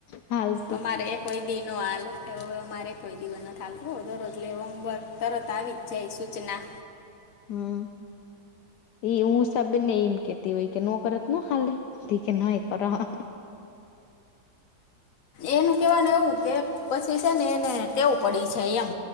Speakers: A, on the left; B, on the left.
A: હાલ
B: અમારે એ કોઈ દી ન હાલે એ હવે અમારે કોઈ દિવસ ન ચાલતું હો દરરોજલે હોમવર્ક તરત આવી જ જાય સૂચના.
A: હા. એ હું સ બને એમ કેતી હોય કે નો કરેત નો હાલે દી કે નય કર હો
B: એનું કેવાનું એવું કે પસી સે ને એને ટેવ પડી છે એમ